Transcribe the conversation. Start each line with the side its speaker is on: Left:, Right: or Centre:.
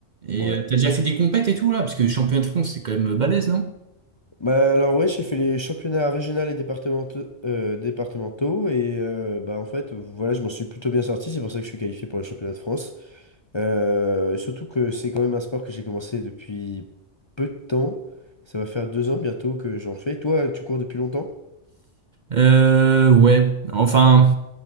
Right: Et
Left: Ouais.
Right: euh, t'as déjà fait des compètes et tout là? Parce que championnat de France, c'est quand même euh, balèze, non?
Left: Bah alors ouais, j'ai fait les championnats régionaux et départementaux, euh, départementaux et euh, bah en fait voilà, je m'en suis plutôt bien sorti, c'est pour ça que je suis qualifié pour les championnats de France. Euh, et surtout que c'est quand même un sport que j'ai commencé depuis peu de temps. Ça va faire deux ans bientôt que j'en fais. Toi, tu cours depuis longtemps?
Right: Euh, ouais. Enfin,